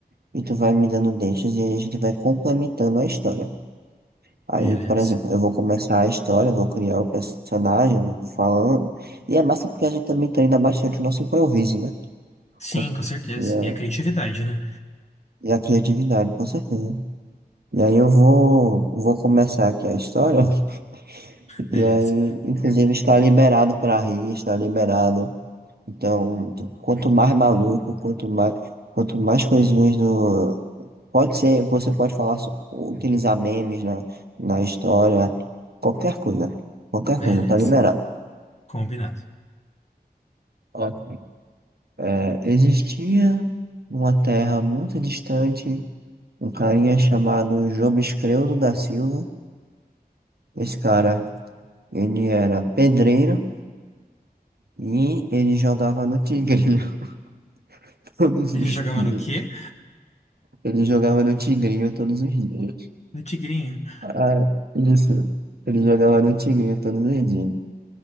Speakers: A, on the right; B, on the left.
A: e tu vai me dando deixas, e aí a gente vai complementando a história. Aí,
B: beleza.
A: por exemplo, eu vou começar a história, vou criar o personagem, vou falando. E é massa porque a gente também treina bastante o nosso improviso, né?
B: Sim,
A: Co-
B: com certeza.
A: E a,
B: E a criatividade, né?
A: e a criatividade, com certeza. E aí eu vou, vou começar aqui a história. <laughs>
B: Beleza,
A: E aí, inclusive, está liberado para rir, está liberado. Então, quanto mais maluco, quanto mais, quanto mais coisinhas do. Pode ser, você pode falar, so- utilizar memes na, na história, qualquer coisa. Qualquer
B: beleza.
A: coisa, tá liberado.
B: Combinado.
A: Ó, é, existia numa terra muito distante um carinha chamado Job Escrevdo da Silva. Esse cara, ele era pedreiro e ele jogava no tigrinho <laughs> todos
B: Ele
A: os
B: jogava
A: dias.
B: no quê?
A: Ele jogava no tigrinho todos os dias.
B: No Tigrinho.
A: Ah, isso. Ele jogava no tigrinho todos os dias.